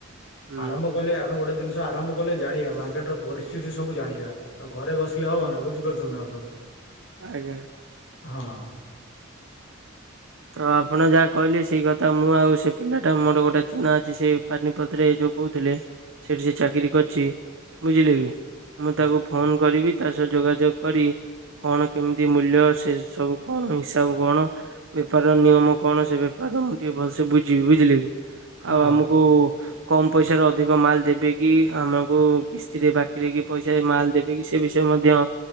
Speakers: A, on the right; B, on the left.
A: ହୁଁ
B: ଆରମ୍ଭ କଲେ ଆମେ ଗୋଟେ ଦିନ ନିଷ ଆରମ୍ଭ କଲେ ଜାଣିବା। ମାର୍କେଟର ପରିସ୍ଥିତି ସବୁ ଜାଣିବା, ଆଉ ଘରେ ବସିଲେ ହବ
A: ହୁଁ
B: ନା ବୁଝି ଲେ ନା ଆପଣ?
A: ଆଜ୍ଞା।
B: ହଁ।
A: ଆଉ ଆପଣ ଯାହା କହିଲେ ସେଇ କଥା, ମୁଁ ଆଉ ସେ ପିଲାଟା ମୋର ଗୋଟେ ଚିହ୍ନା ଅଛି ସେଇ ପାନିପଥରେ ଏଇ ଯୋଉ କହୁଥିଲି ଲି, ସେଠି ସେ ଚାକିରୀ କରିଛି ବୁଝିଲେ କି? ମୁଁ
B: ହଁ
A: ତାକୁ ଫୋନ କରିବି ତା ସହ ଯୋଗାଯୋଗ କରି, କଣ କେମିତି ମୂଲ୍ୟ ସେ ସବୁ କଣ ହିସାବ କଣ ବେପାରର ନିୟମ କଣ, ସେ ବେପାରର ମୁଁ ଟିକେ ଭଲସେ ବୁଝିବି ବୁଝିଲେ କି?
B: ହଁ।
A: ଆଉ ଆମକୁ କମ ପଇସାରେ ଅଧିକ ମାଲ ଦେବେ କି, ଆମକୁ କିସ୍ କିସ୍ତିରେ ବାକିରେ କି ପଇସାରେ ମାଲ ଦେବେ କିି, ସେ ବିଷୟ ମଧ୍ୟ